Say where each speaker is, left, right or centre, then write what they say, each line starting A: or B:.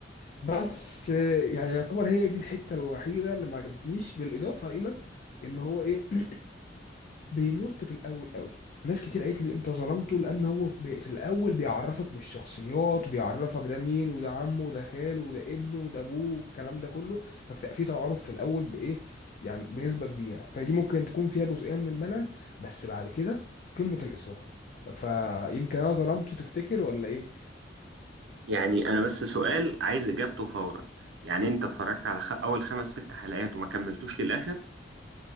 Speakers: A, on the left; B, on the right.
A: بس آه، يعني يعتبر هي دي الحته الوحيده اللي ما عجبتنيش بالاضافه الى ان هو ايه <clears throat> بيمط في الاول قوي ناس كتير قالت لي انت ظلمته لان هو في بي- في الاول بيعرفك بالشخصيات وبيعرفك ده مين وده عمه وده خاله وده ابنه وده ابوه والكلام ده كله فبتبقى في تعارف في الاول بايه يعني بنسبه كبيره فدي ممكن تكون فيها جزئيه من الملل بس بعد كده قمه الاثاره فيمكن انا ظلمته تفتكر ولا ايه
B: يعني انا بس سؤال عايز اجابته فورا يعني انت اتفرجت على خ... اول خمس ست حلقات وما كملتوش للاخر